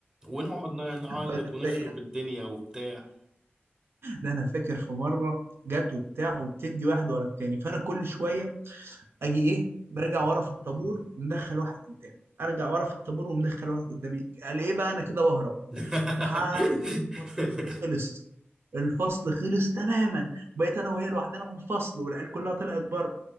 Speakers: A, on the right (about 20°); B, on the right (about 70°).
A: ونقعد نعيط
B: فتلاقي
A: ونخرب
B: يعني
A: الدنيا وبتاع
B: ده انا فاكر في مره جت وبتاع وبتدي واحد ورا التاني فانا كل شويه اجي ايه مرجع ورا في الطابور ومدخل واحد قدامي ارجع ورا في الطابور ومدخل واحد قدامي قال ايه بقى انا كده بهرب
A: <laughs>
B: لحد ما الفصل خلص الفصل خلص تماما وبقيت انا وهي لوحدنا في الفصل والعيال كلها طلعت بره